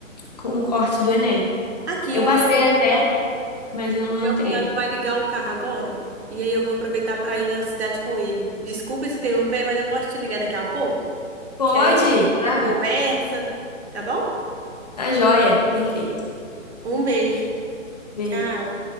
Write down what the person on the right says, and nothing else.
Aqui,
o
meu.
O meu
cunhado vai ligar o carro agora e aí eu vou aproveitar para ir na cidade com ele. Desculpa se interromper, mas eu posso te ligar daqui a pouco?
Que aí a gente termina
a conversa, tá bom?
Um beijo.
Tchau.